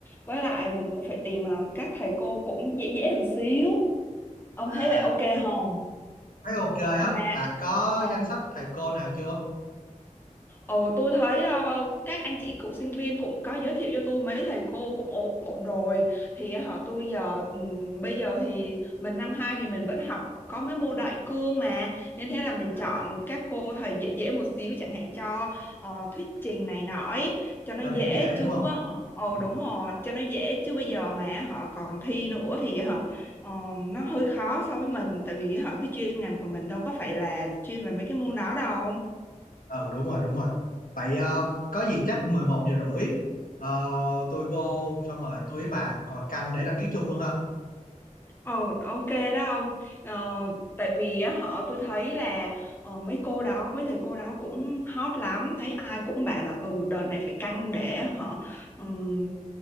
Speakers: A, on the left (about 15°); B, on the left (about 85°).
A: Với lại mình cũng phải tìm ờ, các thầy cô cũng dễ dễ một xíu. Ông
B: À,
A: thấy vậy ok không?
B: thấy ok á,
A: Mà
B: bà có
A: ờ,
B: danh sách thầy cô nào chưa?
A: Ừ, tôi thấy ờ, các anh chị cựu sinh viên cũng có giới thiệu cho tôi mấy thầy cô cũng ổn, ổn rồi thì họ tôi giờ ừm, bây giờ thì mình năm 2 thì mình vẫn học có mấy môn đại cương mà nên thế là mình
B: À,
A: chọn các cô thầy dễ dễ một xíu chẳng hạn cho ờ, thuyết trình này nọ ấy, cho nó
B: cho
A: dễ
B: điểm dễ
A: chứ
B: đúng không?
A: họ ồ
B: Ừ,
A: đúng rồi cho nó dễ chứ bây giờ mà họ còn thi nữa thì họ ờ, nó hơi khó so với mình tại vì họ cái chuyên ngành của mình đâu có phải là chuyên về mấy cái môn đó đâu
B: ừ đúng rồi, đúng rồi. Vậy ờ, có gì chắc 11 giờ rưỡi ờ, tôi vô xong rồi tôi với bà còn canh để đăng ký chung luôn ha.
A: Ồ, ok đó ông Ờ, tại vì á, họ tôi thấy là ờ, mấy cô đó mấy thầy cô đó cũng hot lắm thấy ai cũng bảo là ừ đợt này phải canh để họ ừm,